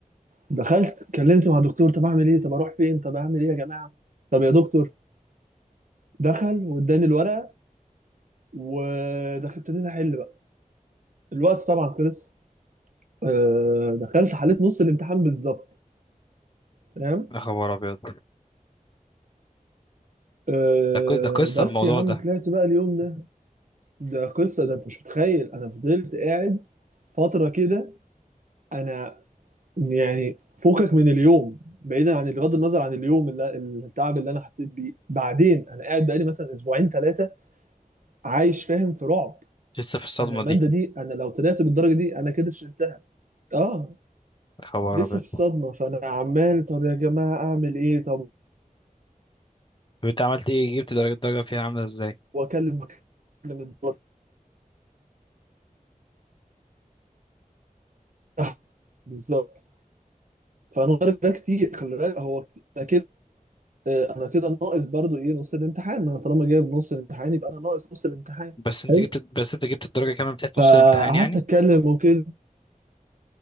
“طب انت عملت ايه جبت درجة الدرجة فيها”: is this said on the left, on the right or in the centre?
Left